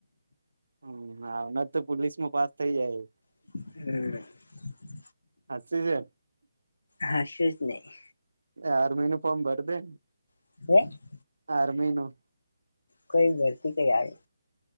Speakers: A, on the right; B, on the left.
A: હમના તો પોલીસમાં પાસ થઇ જાય
B: <inaudible>
A: હાચુ છે.
B: હાશું જ નહી
A: આરમિનુ ફારમ ભર દે
B: <inaudible>
A: આરમીનું
B: કઈ ભરતી કઈ આવે?